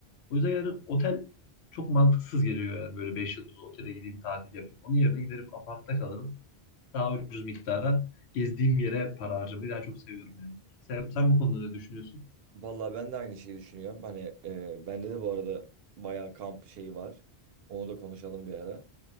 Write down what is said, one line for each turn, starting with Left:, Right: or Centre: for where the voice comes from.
Left: O yüzden yani otel çok mantıksız geliyor yani böyle 5 yıldızlı otele gideyim tatil yapayım. Onun yerine giderim apartta kalırım. Daha ucuz miktara gezdiğim yere para harcamayı daha çok seviyorum yani. Sen, sen bu konuda ne düşünüyorsun?
Right: Vallahi ben de aynı şeyi düşünüyorum. Hani e, bende de bu arada bayağı kamp şeyi var. Onu da konuşalım bir ara.